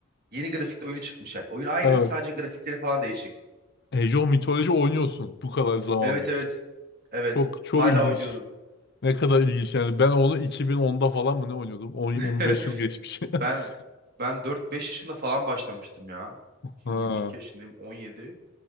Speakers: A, on the right; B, on the left.
A: yeni grafikli oyunu çıkmış yani. Oyun aynı
B: evet.
A: sadece grafikleri falan değişik.
B: Age of Mythology oynuyorsun bu kadar zamandır.
A: Evet evet evet
B: Çok çok
A: hala
B: ilginç.
A: oynuyorum.
B: Ne kadar ilginç yani. Ben onu 2010'da falan mı ne oynuyordum? 10,
A: <laughs>
B: 15 yıl geçmiş.
A: Ben
B: <laughs>
A: ben dört beş yaşında falan başlamıştım ya.
B: Ha.
A: Şimdi 22 yaşındayım 17.